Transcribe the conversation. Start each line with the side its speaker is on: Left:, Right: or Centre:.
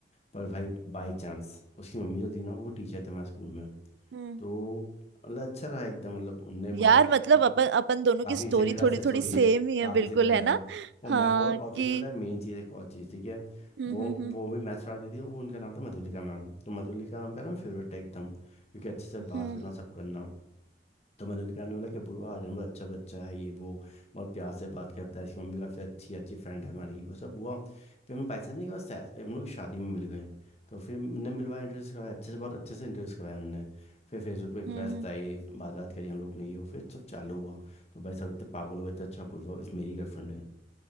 Left: पर भाई बाय चांस उसकी मम्मी जो थी ना वो टीचर थे हमारे स्कूल में
Right: हम्म
Left: तो मतलब अच्छा रहा एकदम मतलब उनने बोला
Right: यार
Left: कि हम्म।
Right: मतलब अपन अपन दोनों
Left: काफ़ी
Right: की स्टोरी
Left: सिमिलर
Right: थोड़ी
Left: से सॉरी
Right: थोड़ी सेम
Left: है
Right: ही है
Left: काफ़ी
Right: बिल्कुल
Left: सिमिलर
Right: है ना
Left: हाँ वो
Right: हाँ
Left: मैं और और
Right: कि
Left: तुझे पता है मेन चीज़ एक और चीज़ ठीक है
Right: हम्म
Left: वो
Right: हम्म हम्म
Left: वो भी मैथ्स पढ़ाती थी वो उनका नाम था मधुलिका मैम तो मधुलिका मैम का ना फेवरेट था एकदम क्योंकि अच्छे से बात
Right: हम्म
Left: करना सब करना तो मधुलिका ने बोला कि पूरा आर्यन बहुत अच्छा बच्चा है ये वो बहुत प्यार से बात करता है इसकी मम्मी काफ़ी अच्छी अच्छी फ्रेंड है हमारी वो सब हुआ फिर हम बाई चांस के बाद सै- हम लोग की शादी में मिल गए तो फिर हमने मिलवाया इंटरेस्ट करवाया अच्छे से बहुत अच्छे से इंटरेस्ट करवाया हमने फिर फेसबुक पे रिक्वेस्ट
Right: हम्म,
Left: आई बात बात करी हम लोग ने ये वो फिर सब चालू हुआ तो भाई सब इतने पागल हो गए थे अच्छा पूर्वा इस मेरी गर्लफ्रेंड है